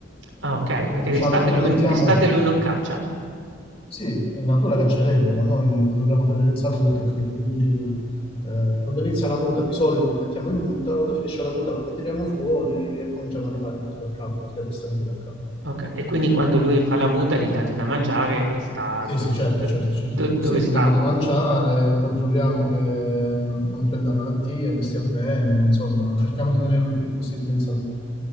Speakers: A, on the right; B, on the left.
A: Ah okay,
B: Quindi
A: perché
B: diciamo
A: d'estate
B: noi lo
A: lui
B: mettiamo,
A: d'estate lui non caccia?
B: sì, in natura caccerebbe, ma noi lo dobbiamo tenere in salute, capito? Quindi eh, quando inizia la muta di solito lo mettiamo in muta, quando finisce la muta lo ritiriamo fuori e cominciamo a rifare tutto da capo, tutti gli addestramenti da capo.
A: Okay, e quindi quando lui fa la muta gli date da mangiare e sta
B: Sì,
A: do
B: sì,
A: cioè
B: certo,
A: do
B: certo, certo.
A: do dove
B: Sì,
A: sta?
B: gli diamo da mangiare, lo controlliamo che non prenda malattie, che stia bene, insomma, cerchiamo di tenerlo il più possibile in salute.